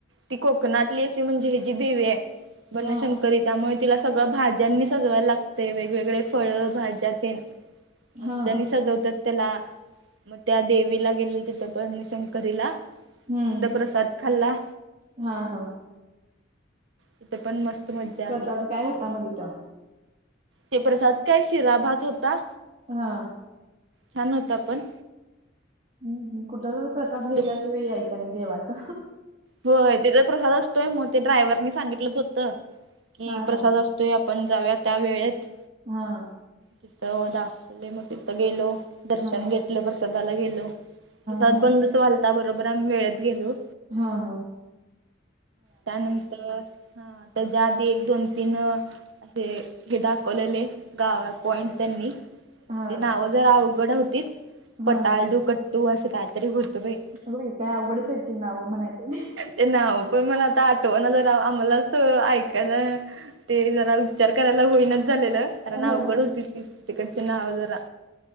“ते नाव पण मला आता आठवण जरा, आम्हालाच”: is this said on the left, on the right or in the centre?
Right